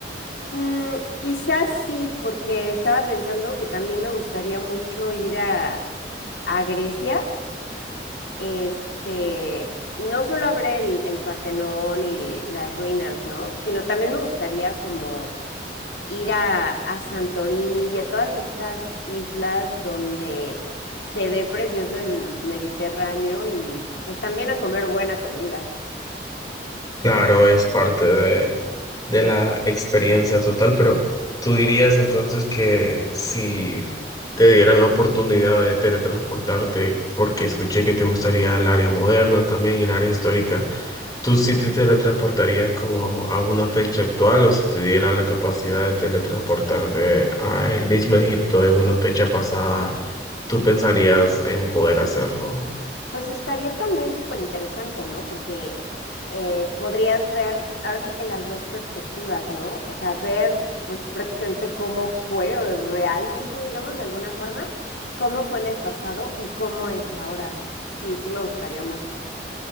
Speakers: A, on the left (about 85°); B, on the left (about 20°).
A: Mm, quizás sí, porque estaba pensando que también me gustaría mucho ir a, a Grecia Este, no solo habré el, el Partenón y las ruinas, ¿no? Sino también me gustaría como ir a, a Santorini y a todas estas islas donde se ve precioso el Mediterráneo y pues también a comer buena comida.
B: Claro, es parte de, de la experiencia total, pero tú dirías entonces que si te dieran la oportunidad de teletransportarte, porque
A: Ajá.
B: escuché que te gustaría el área moderna también y el área histórica. ¿Tú sí te teletransportarías como a una fecha actual o si te dieran la capacidad de teletransportarte a el mismo Egipto en una fecha pasada, tú pensarías en poder hacerlo?
A: Pues estaría también súper interesante, ¿no? Porque eh, podrías ver ahora sí que las dos perspectivas, ¿no? O sea, ver pues prácticamente cómo fue o realmente, digamos, de alguna forma, cómo fue en el pasado y cómo es ahora. Sí, sí me gustaría mucho.